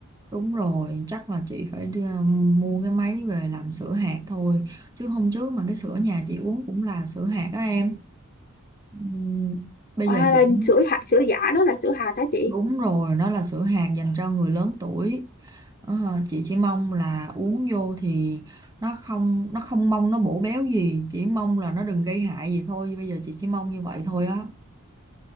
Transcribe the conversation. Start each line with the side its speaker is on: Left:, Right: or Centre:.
Right: đúng rồi chắc là chị phải đi, ờ, mua cái máy về làm sữa hạt thôi chứ hôm trước mà cái sữa nhà chị uống cũng là sữa hạt đó em Ừm, bây
Left: à
Right: giờ
Left: là
Right: chị chỉ
Left: sữa hạt sữa giả đó là sữa hạt đó chị
Right: Đúng rồi, nó là sữa hạt dành cho người lớn tuổi. Ờ, chị chỉ mong là uống vô thì nó không nó không mong nó bổ béo gì, chỉ mong là nó đừng gây hại gì thôi. Bây giờ chị chỉ mong như vậy thôi á.